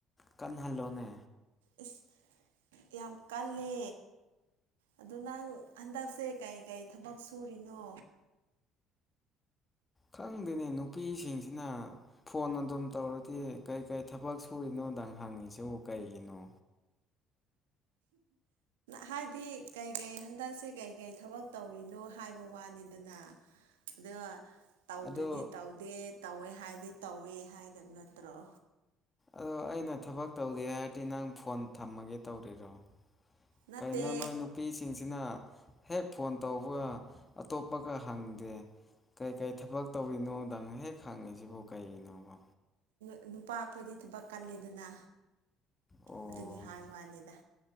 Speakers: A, on the left; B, on the right.
A: ꯀꯟꯍꯜꯂꯣꯅꯦ
B: ꯏꯁ ꯌꯥꯝ ꯀꯜꯂꯦ ꯑꯗꯨ ꯅꯪ ꯍꯟꯗꯛꯁꯦ ꯀꯩ ꯀꯩ ꯊꯕꯛ ꯁꯨꯔꯤꯅꯣ
A: ꯈꯪꯗꯦꯅꯦ ꯅꯨꯄꯤꯁꯤꯡꯁꯤꯅ ꯐꯣꯟ ꯑꯗꯨꯝ ꯇꯧꯔꯗꯤ ꯀꯩ ꯀꯩ ꯊꯕꯛ ꯁꯨꯔꯤꯅꯣꯗꯪ ꯍꯪꯉꯁꯤꯕꯨ ꯀꯩꯒꯤꯅꯣ
B: ꯍꯥꯏꯗꯤ ꯀꯩꯀꯩ ꯍꯟꯗꯛꯁꯦ ꯀꯩꯀꯩ ꯊꯕꯛ ꯇꯧꯔꯤꯅꯣ ꯍꯥꯏꯕ ꯋꯥꯅꯤꯗꯅ ꯑꯗꯨꯒ ꯇꯧꯗ꯭ꯔꯗꯤ
A: ꯑꯗꯣ
B: ꯇꯧꯗꯦ ꯇꯧꯋꯦ ꯍꯥꯏꯗꯤ ꯇꯧꯋꯦ ꯍꯥꯏꯗꯕ ꯅꯠꯇ꯭ꯔꯣ
A: ꯑꯗꯣ ꯑꯩꯅ ꯊꯕꯛ ꯇꯧꯗꯦ ꯍꯥꯏꯔꯗꯤ ꯅꯪ ꯐꯣꯟ ꯊꯝꯃꯒꯦ ꯇꯧꯔꯤꯔꯣ
B: ꯅꯠꯇꯦ
A: ꯀꯩꯅꯣ ꯅꯣꯏ ꯅꯨꯄꯤ ꯁꯤꯡꯁꯤꯅ ꯍꯦꯛ ꯐꯣꯟ ꯇꯧꯕꯒ ꯑꯇꯣꯞꯄꯒ ꯍꯪꯗꯦ ꯀꯩꯀꯩ ꯊꯕꯛ ꯇꯧꯔꯤꯅꯣꯗꯪ ꯍꯦꯛ ꯈꯪꯉꯤꯁꯤꯕꯨ ꯀꯩꯒꯤꯅꯣꯕ
B: ꯑ ꯅꯨꯄꯥ ꯈꯣꯏꯗꯤ ꯊꯕꯛ ꯀꯜꯂꯤꯗꯅ
A: ꯑꯣ
B: ꯑꯗꯨꯒꯤ ꯍꯥꯏꯕꯨꯋꯥꯅꯤꯗ